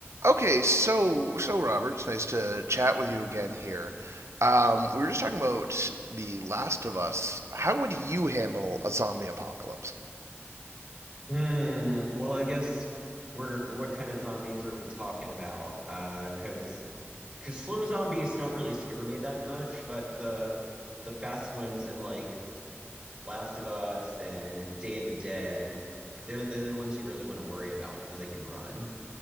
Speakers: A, on the right (about 75°); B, on the right (about 25°).
A: Okay, so so Robert, it's nice to chat with you again here. Um, we were just talking about The Last of Us. How would you handle a zombie apocalypse?
B: Hmm. Well, I guess we're what kind of zombies are we talking about? Uh, because because slow zombies don't really scare me that much, but the the fast ones in like Last of Us and Day of the Dead, they're, they're the ones you really want to worry about because they can run.